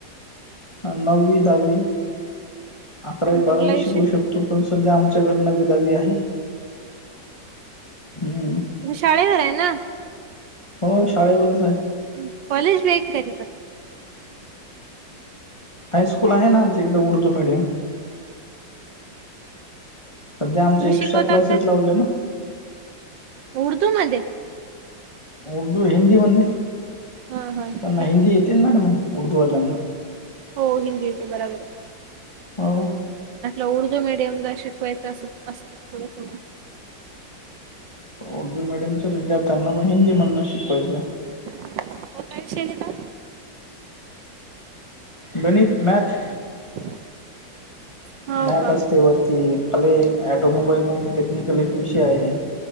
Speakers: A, on the left (about 15°); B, on the right (about 75°).
A: नववी दहावी अकरावी
B: कुठला
A: बारावी
B: विषय
A: शिकू शक तो पण सध्या आमच्यागत नवी दावी आहे. हम्म
B: तुम्ही शाळेवर आहे ना?
A: हो शाळेवरच आहे.
B: ह कॉलेज बे करीता
A: हायस्कूल आहे ना आमच्या इकडे उर्दू मिडियम. सध्या आमचे
B: तुम्ही
A: एक्स्ट्रा
B: शिकवता
A: क्लासेस
B: काय
A: लावले ना.
B: उर्दू मध्ये
A: उर्दू हिंदी मध्ये
B: हा हा
A: त्यांना हिंदी
B: मध्ये
A: येतेन मॅडम उर्दूवाल्या ना.
B: हो हिंदी येते बराबर आहे.
A: हो.
B: उर्दू मीडियमला शिकवायचं अस असं थोडं
A: उर्दू मीडियमच्याच विद्यार्थ्यांना त्यांना पण हिंदी मधन शिकवायला.
B: हो काय विषय घेता?
A: गणित मॅथ
B: <inaudible>
A: मॅथ
B: का
A: असते वरती खाली ॲटोमोबाईल म्हणून टेक्निकल एक विषय आहे.